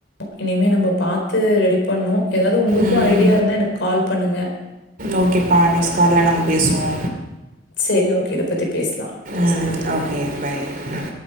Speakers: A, on the left; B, on the right.
A: இனிமே நம்ம பாத்து ரெடி பண்ணு எதாவது உங்களுக்கு
B: ம்
A: ஐடியா இருந்தா எனக் கால் பண்ணுங்க
B: ஓகேப்பா நெக்ஸ்ட் கால்ல நம்ம பேசுவோ
A: செரி ஓகே இத பத்தி பேசலா
B: ம் ஓகே பாய் அ